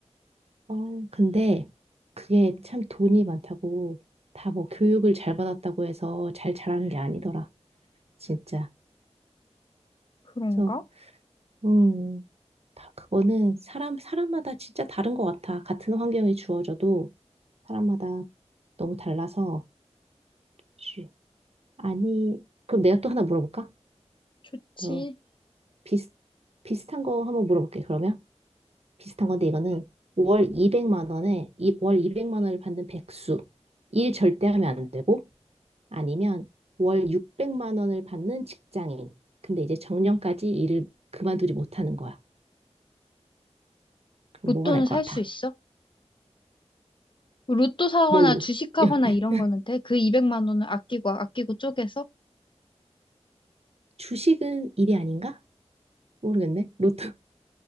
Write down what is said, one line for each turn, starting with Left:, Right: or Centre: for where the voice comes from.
Right: 어, 근데 그게 참 돈이 많다고 다 뭐 교육을 잘 받았다고 해서 잘 자라는 게 아니더라. 진짜.
Left: 그런가?
Right: 그래서 음, 다 그거는 사람 사람마다 진짜 다른 것 같아. 같은 환경이 주어져도 사람마다 너무 달라서 쉬. 아니, 그럼 내가 또 하나 물어볼까?
Left: 좋지.
Right: 또 비슷 비슷한 거 한번 물어볼게. 그러면 비슷한 건데 이거는 월 200만 원에 이, 월 200만 원을 받는 백수. 일 절대 하면 안 되고 아니면 월 600만 원을 받는 직장인. 근데 이제 정년까지 일을 그만두지 못하는 거야. 그럼
Left: 로또는
Right: 뭐가 날 것
Left: 살 수
Right: 같아?
Left: 있어? 로또 사거나
Right: 뭘로?
Left: 주식하거나
Right: <laughs>
Left: 이런 거는 돼? 그 200만 원을 아끼고 아끼고 쪼개서?
Right: 주식은 일이 아닌가? 모르겠네. 로또.